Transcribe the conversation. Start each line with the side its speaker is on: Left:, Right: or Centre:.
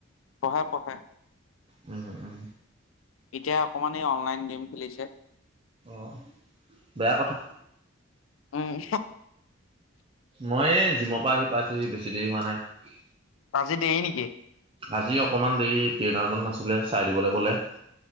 Left: পঢ়ে পঢ়ে
Right: উম, উম।
Left: এতিয়া অকমানে অনলাইন গেম খেলিছে।
Right: অঁ, বেয়া কথা।
Left: উম।
Right: মই এই জিমৰ পৰা আহি পাইছোহি বেছি দেৰি হোৱা নাই।
Left: আজি দেই নেকি।
Right: আজি অকণমান দেৰি, ট্ৰেইনাৰজন নাছিলে চাই দিবলৈ কলে।